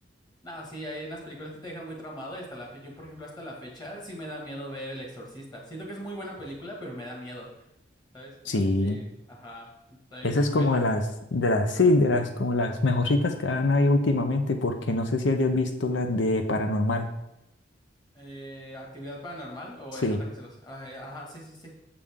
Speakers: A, on the left; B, on the left.
A: No, sí, hay unas películas que te dejan muy traumado y hasta la fecha, yo por ejemplo hasta la fecha sí me da miedo ver El Exorcista. Siento que es muy buena película, pero me da miedo. ¿Sabes? Como
B: Sí,
A: que sí, ajá, también
B: esa
A: muy
B: es
A: buena.
B: como de las, de las,
A: Ajá.
B: sí, de las, como las mejorcitas que han habido últimamente, porque no sé si hayas visto las de Paranormal,
A: Eh, ¿Actividad paranormal o
B: sí.
A: es ataque celoso? Ajá, ajá, sí, sí, sí.